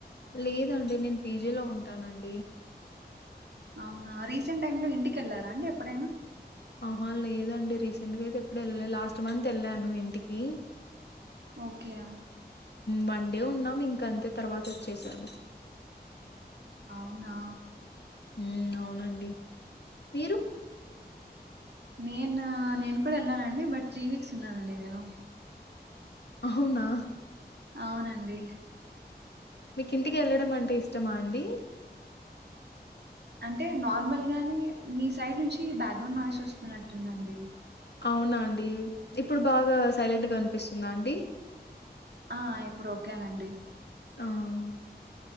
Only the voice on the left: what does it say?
లేదండి నేను పీజీలో ఉంటానండి
ఆహా లేదండి రీసెంట్ గా అయితే ఎప్పుడు ఎళ్ళలే లాస్ట్ మంత్ వెళ్ళాను ఇంటికి
వన్ డే ఉన్నాం ఇంకా అంతే తర్వాత వచ్చేసాను
ఉమ్ అవునండి మీరు
అవునా
మీకు ఇంటికి వెళ్ళడం అంటే ఇష్టమా అండి
అవునా అండి ఇప్పుడు బాగా సైలెంట్గా వినిపిస్తుందా అండి
ఆవ్